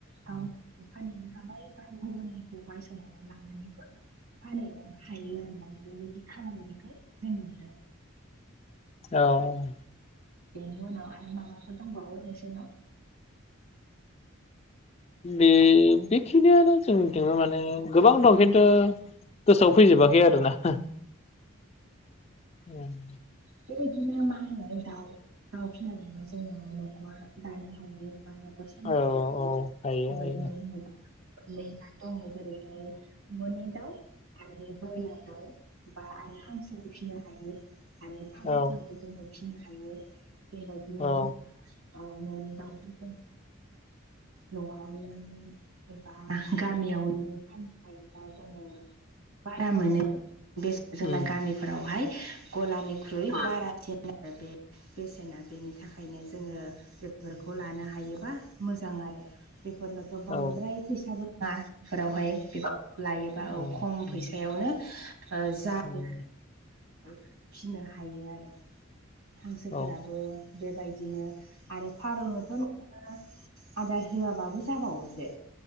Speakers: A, on the right (about 75°); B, on the left (about 30°).
A: गाव फानहैनो हाबाय बा गुबुननिखौ बायस'नानै लांनानैबो फानैनो हायो आरोना बेबायदि खालामनायखौ जों
B: औ
A: बेनि उनाव आरो माबाफोर दंबावो नोंसोरनाव
B: बे बेखिनियानो जों <unintelligible> माने गोबां दं खिन्थु गोसोआव फैजोबाखै आरोना। <unintelligible>
A: बेबायदिनो मा होनो दाव दाउ फिसिनानैबो जोङो न'खर दानो हायो बा बा <unintelligible>
B: औ
A: हायो
B: औ हायो
A: बेबायदिनो
B: हायो
A: जोङो मोननै जाद दङ जेरैहाय न'नि दाउ आरो बयलार दाउ। बा आरो हांसोबो फिनो हायो आरो फारौफोरबो
B: औ
A: जोङो फिनो हायो। बेबायदिनो
B: औ
A: जोङो औ न'नि दाउफोरखौ न'आवनो एबा गामियावनो फाननो हायोबा जोङो बारा मोनो बेस जोंना
B: उम
A: गामि फोरावहाय गलानिख्रुइ बारासिन आरो बे बेसेना बेनि थाखायनो जोङो बेफोरखौ लानो हायोबा मोजां आरो बे फोरनोथ' बांद्राय
B: औ
A: फैसाबो नङा बेफोरावहाय बे लायोबा
B: उम
A: औ खम फैसायावनो
B: उम
A: ओ जायो।
B: उम
A: फिनो हायो आरो हांसोफोराबो
B: औ
A: बेबायदिनो आरो फारौनोथ' नोङो आदार होआबाबो जाबावोसो।